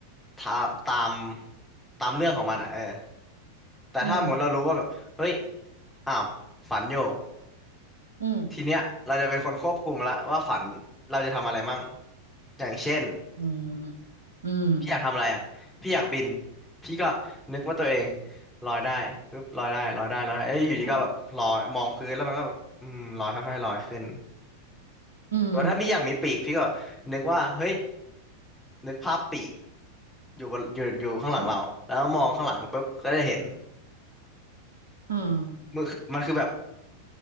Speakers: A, in the centre; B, on the right.
A: ตามตามตามเรื่องของมันอ่ะเออ แต่ถ้าหมดเรารู้ว่าแบบเฮ้ย
B: อืม
A: อ้าวฝันอยู่
B: อืม
A: ทีเนี้ยเราจะเป็นคนควบคุมละว่าฝันเราจะทำอะไรมั่งอย่างเช่น
B: อืมอืม
A: พี่อยากทำอะไรอ่ะพี่อยากบินพี่ก็นึกว่าตัวเองลอยได้ปึ๊บลอยได้ลอยได้ลอยได้เอ้ยอยู่ดีก็แบบลอยมองพื้นแล้วมันก็แบบอืมลอยค่อยๆลอยขึ้น
B: อ๋ออืม
A: หรือว่าถ้าพี่อยากมีปีกพี่ก็นึกว่าเฮ้ยนึกภาพปีกอยู่บนอยู่อยู่ข้างหลังเราแล้วมองข้างหลังปุ๊บก็จะเห็น
B: อืมอืม
A: มือมันคือแบบ